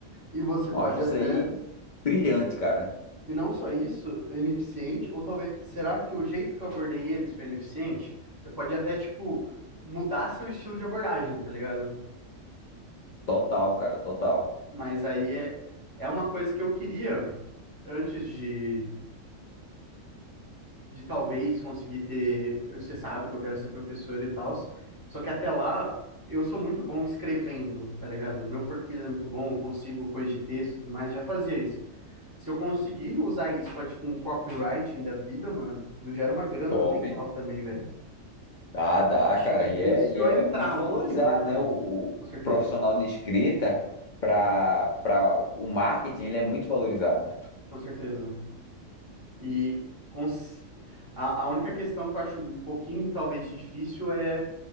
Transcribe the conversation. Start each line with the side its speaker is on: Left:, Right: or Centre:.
Right: E você pode
Left: Eu acho isso
Right: até
Left: aí brilhante, cara.
Right: E não só isso, é ineficiente, ou talvez, será que o jeito que eu abordei eles foi ineficiente? Você pode até, tipo, mudar seu estilo de abordagem, tá ligado?
Left: Total, cara, total.
Right: Mas aí é, é uma coisa que eu queria, antes de, de talvez conseguir ter. Você sabe que eu quero ser professor e tal, só que até lá eu sou muito bom escrevendo, tá ligado? Meu português é muito bom, eu consigo coisas de texto, mas já fazia isso. Se eu conseguir usar isso pra, tipo, um copywriting da vida, mano, gera uma grana
Left: Top.
Right: legal também, velho.
Left: Dá, dá,
Right: Acho
Left: cara.
Right: difícil
Left: E é, e é
Right: é entrar
Left: muito
Right: um
Left: valorizado,
Right: pouquinho no mercado.
Left: né? O, o
Right: Com certeza,
Left: profissional de escrita para para o marketing, ele é muito valorizado.
Right: com certeza. E cons- a, a única questão que eu acho um pouquinho, talvez, difícil é